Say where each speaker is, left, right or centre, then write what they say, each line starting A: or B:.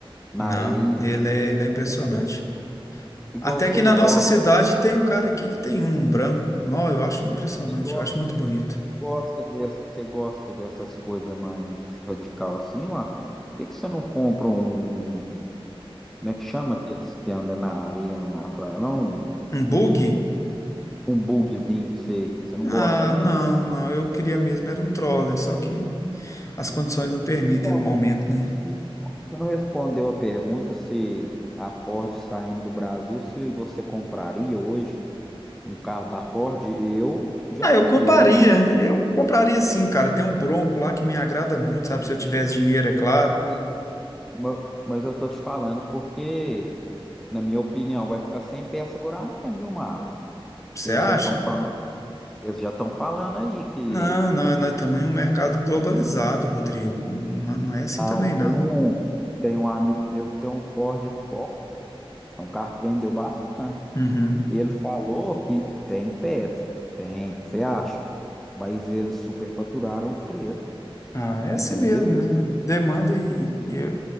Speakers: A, in the centre; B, on the left.
A: na
B: Não,
A: areia.
B: ele é, ele é impressionante.
A: Que que Igual
B: Até
A: você
B: que na
A: gosta,
B: nossa cidade
A: de-
B: tem um cara aqui que tem um um branco. Não, eu acho impressionante,
A: você gosta,
B: eu acho muito bonito.
A: você gosta desse, você gosta dessas coisas mais radical assim, mas por que que você não compra um, como é que chama aqueles que andam na areia lá na praia? Lá um
B: Um bug?
A: um bugzinho pra você. Você não
B: Ah,
A: gosta, não?
B: não, não, eu queria mesmo, era um troller, só que as condições não permitem
A: Não,
B: no momento,
A: mas
B: né?
A: Você não respondeu a pergunta se a Ford saindo do Brasil, se você compraria hoje um carro da Ford? Eu já,
B: Ah, eu compraria,
A: eu não compro,
B: eu compraria sim, cara. Tem um Bronco lá que me agrada muito, sabe? Se eu tivesse dinheiro, é claro.
A: não, mas, ma- mas eu tô te falando porque, na minha opinião, vai ficar sem peça agora mesmo, viu, Márcio?
B: Você
A: Eles
B: acha?
A: já estão falando, eles já estão falando aí que
B: Não, não, nós estamos em um mercado globalizado, Rodrigo. Não não é assim
A: ah,
B: também, não.
A: tem um, tem um amigo meu que tem um Ford Focus, é um carro que vendeu bastante.
B: Uhum.
A: Ele falou que tem peça, tem, você acha? Mas eles superfaturaram os preços,
B: Ah, é assim
A: entendeu?
B: mesmo, né? Demanda e e